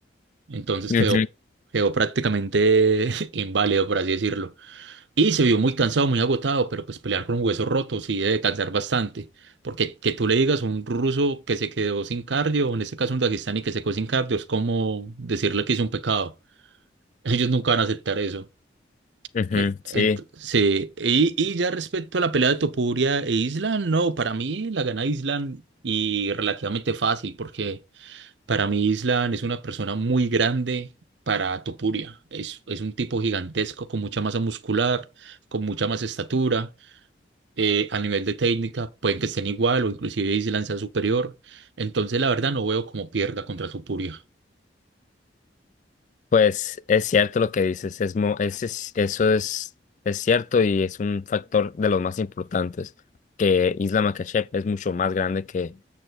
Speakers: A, on the right; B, on the left.
A: Entonces
B: Ujú,
A: quedó, quedó prácticamente <laughs> inválido, por así decirlo. Y se vio muy cansado, muy agotado, pero pues pelear con un hueso roto sí debe cansar bastante. Porque que tú le digas a un ruso que se quedó sin cardio, o en este caso un dagestani que se quedó sin cardio, es como decirle que hizo un pecado. <laughs> Ellos nunca van a aceptar eso.
B: ujú,
A: Eh, ent-
B: sí.
A: sí, y, y ya respecto a la pelea de Topuria e Island, no, para mí la gana Island y relativamente fácil, porque para mí, Island es una persona muy grande para Topuria. Es, es un tipo gigantesco, con mucha masa muscular, con mucha más estatura. Eh, a nivel de técnica, pueden que estén igual o inclusive Island sea superior. Entonces, la verdad, no veo cómo pierda contra Topuria.
B: Pues es cierto lo que dices, es, mo- es- es- eso es, es cierto y es un factor de los más importantes, que Isla Makhachev es mucho más grande que,